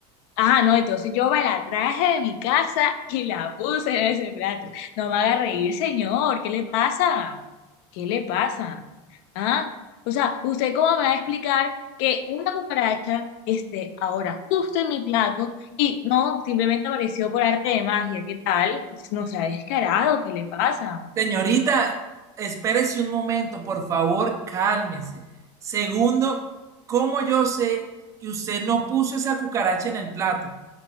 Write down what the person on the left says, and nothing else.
Ah, no, entonces yo me la traje de mi casa y la puse en ese plato. No me haga reír, señor. ¿Qué le pasa? ¿Qué le pasa? Ah, o sea, ¿usted cómo me va a explicar que una cucaracha esté ahora justo en mi plato y no, simplemente apareció por arte de magia? ¿Qué tal? No se ha descarado, ¿qué le pasa?